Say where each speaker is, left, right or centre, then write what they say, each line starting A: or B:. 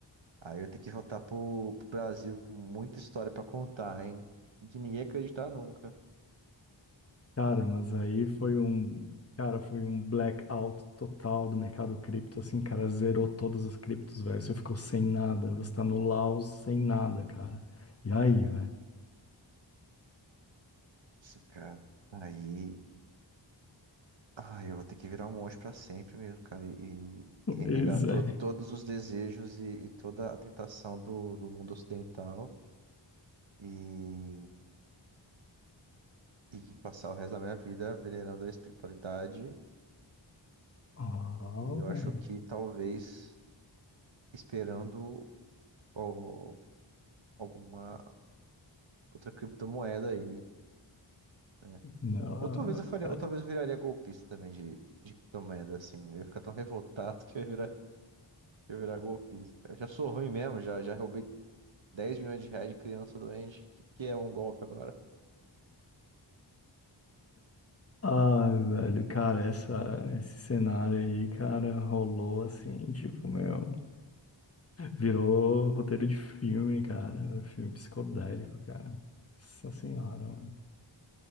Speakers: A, on the right (about 75°); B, on the left (about 30°).
A: Aí eu ia ter que voltar pro, pro Brasil com muita história pra contar, hein? Que ninguém ia acreditar nunca.
B: Cara, mas aí foi um, cara, foi um blackout total do mercado cripto, assim, cara, zerou todas as criptos, velho. Você ficou sem nada, você tá no Laos sem nada, cara. E aí, velho?
A: Isso, cara. Aí. Ai, eu vou ter que virar um monge pra sempre mesmo, cara. E,
B: Pois
A: e renegar to,
B: é.
A: todos os desejos e, e toda a tentação do, do mundo ocidental. E, e passar o resto da minha vida venerando a espiritualidade.
B: Oh,
A: E eu acho
B: velho.
A: que talvez. esperando ó, alguma outra criptomoeda aí, né?
B: Não,
A: Ou talvez eu faria,
B: cara.
A: ou talvez eu viraria golpista também de, de criptomoeda, assim. Eu ia ficar tão revoltado <laughs> que eu ia virar, que eu ia virar golpista. Eu já sou ruim mesmo, já, já roubei 10 milhões de reais de criança doente. O que, que é um golpe agora?
B: Ah, velho, cara, essa, esse cenário aí, cara, rolou assim, tipo, meu, virou roteiro de filme, cara, filme psicodélico, cara. Nossa senhora, mano.